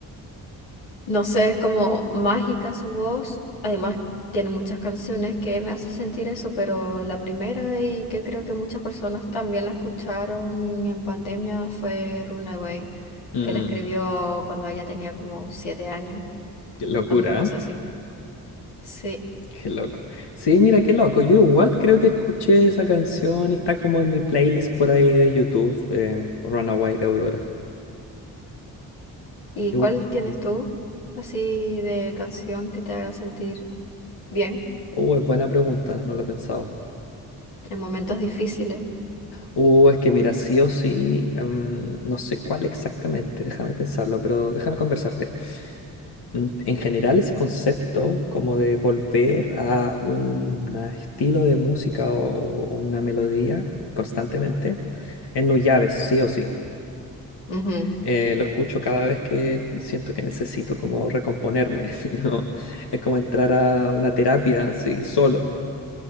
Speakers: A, on the left; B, on the left.
A: no sé, es como mágica su voz. Además, tiene muchas canciones que me hace sentir eso, pero la primera y que creo que muchas personas también la escucharon en pandemia fue Runaway,
B: Mm,
A: que la escribió cuando ella tenía como siete años,
B: qué locura,
A: alguna cosa
B: ¿eh?
A: así. Sí.
B: Qué loco. Sí, mira, qué loco. Yo igual creo que escuché esa canción y está como en mi playlist por ahí de YouTube, eh, Runaway de Aurora.
A: ¿Y
B: Igu-
A: cuál tienes
B: mm.
A: tú así de canción que te haga sentir bien
B: Uh, es buena pregunta, no lo he pensado.
A: en momentos difíciles?
B: Uh, es que mira, sí o sí, em, no sé cuál exactamente, déjame pensarlo, pero déjame conversarte. Mm, En general, ese concepto como de volver a un a estilo de música o, o una melodía constantemente, en Nuyabes, sí o sí.
A: Ujú.
B: Eh, lo escucho cada vez que siento que necesito como recomponerme, <laughs> ¿sí? ¿no? Es como entrar a una terapia, sí, solo.